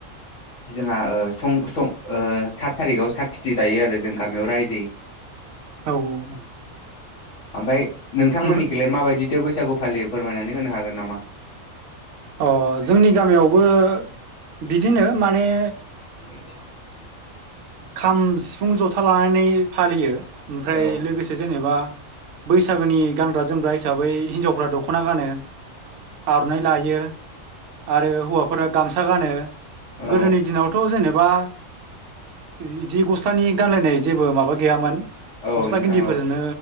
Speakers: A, on the left; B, on the right.
A: जोंहा ओ सं सं ओ सात थारिखाव सा थिथि जायो आरो जों गामियाव राय
B: औ औ
A: ओमफाय नोंथांमोननिखिलाय
B: ओमफ्राय
A: माबायदिथो बैसागु फालियो फोरमायनानै होनो हागोन नामा।
B: अ जोंनि गामियावबो बिदिनो माने
A: <unintelligible>
B: खाम सिफुं जथा लानानै फालियो ओमफ्राय
A: औ
B: लोगोसे जेनेबा बैसागोनि गानग्रा जोमग्रा हिसाबै हिनजावफ्रा दख'ना गानो- आर'नाइ लायो आरो हौवाफोरा गामसा गानो
A: औ
B: गोदोनि दिनावथ' जेनेबा बिदि गस्लाानि गानलायनाय जेबो माबा गैयामोन
A: औ
B: गस्ला
A: नोंथां
B: गिन्दिफोरजोंनो
A: औ